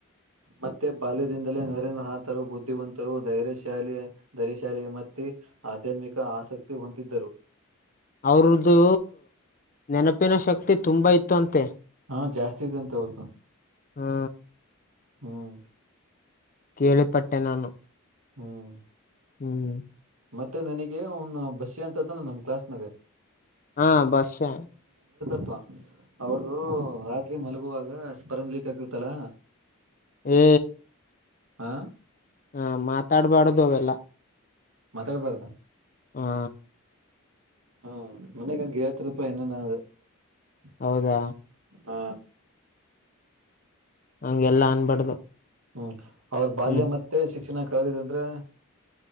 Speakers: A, on the right; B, on the left.
A: ಮತ್ತೆ ಬಾಲ್ಯದಿಂದಲೇ ನರೇಂದ್ರನಾಥರು ಬುದ್ಧಿವಂತರು ಧೈರ್ಯಶಾಲಿ ಧೈರ್ಯಶಾಲಿ ಮತ್ತೆ ಆಧ್ಯಾತ್ಮಿಕ ಆಸಕ್ತಿ ಹೊಂತಿದ್ದರು
B: ಅವ್ರ್ದು ನೆನಪಿನ ಶಕ್ತಿ ತುಂಬಾ ಇತ್ತು ಅಂತೆ
A: ಹಾ ಜಾಸ್ತಿ ಇದೆ ಅಂತ ಅವ್ರ್ದು.
B: ಹಾ
A: ಹ್ಮ್
B: ಕೇಳಿಪಟ್ಟೆ ನಾನು.
A: ಹ್ಮ್
B: ಹ್ಮ್
A: ಮತ್ತೆ ನಿನಗೆ ಅವನ್ ಬಸ್ಯ ಅಂತದನ ನಮ್ ಕ್ಲಾಸ್ನಾಗ
B: ಹಾ ಬಸ್ಯ.
A: ಪ್ಪ ಅವ್ರ್ದು ರಾತ್ರಿ ಮಲಗುವಾಗ ಸ್ಪರ್ನ್ ಲೀಕ್ ಆಗ್ತಿತ್ತಲ್ಲ
B: ಏ
A: ಹಾ
B: ಹ ಮಾತಾಡ್ಬಾಡ್ದು ಅವೆಲ್ಲ.
A: ಮಾತಾಡ್ಬಾರ್ದ?
B: ಹಾ
A: ಹ್ಮ ಮನೆಗ <unintelligible>
B: ಹೌದಾ
A: ಹಾ
B: ಹಂಗೆ ಎಲ್ಲಾ ಅನ್ಬಾರ್ದು.
A: ಹ್ಮ್ ಅವ್ರ ಬಾಲ್ಯ
B: ಹ್ಮ್
A: ಮತ್ತೆ ಶಿಕ್ಷಣ ಕಳದಿದೆಂದ್ರೆ.